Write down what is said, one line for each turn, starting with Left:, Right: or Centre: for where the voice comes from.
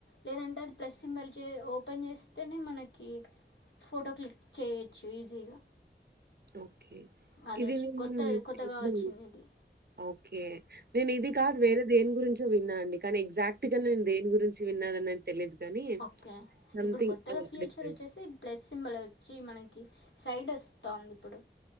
Left: లేదంటే అది ప్లస్ సి మరి చే ఓపెన్ చేస్తేనే మనకి ఫోటో క్లిక్ చేయొచ్చు ఈజీగా
Right: ఓకే
Left: అది
Right: ఇది
Left: వచ్చి
Right: నేను
Left: కొత్త
Right: ఎప్పుడు
Left: కొత్తగా వచ్చింది ఇది
Right: ఓకే నేను ఇది కాదు వేరే దేని గురించో విన్నా అండి కానీ ఎగ్జాక్ట్ గా నేను దేని గురించి విన్నానా ది తెలీదు కానీ
Left: ఓకే
Right: సంథింగ్
Left: ఇప్పుడు కొత్తగా
Right: ఆహ్,
Left: ఫ్యూచర్
Right: డిఫరెంట్.
Left: వచ్చేసి ప్లస్ సింబల్ వచ్చి మనకి సైడ్ వస్తాంది ఇప్పుడు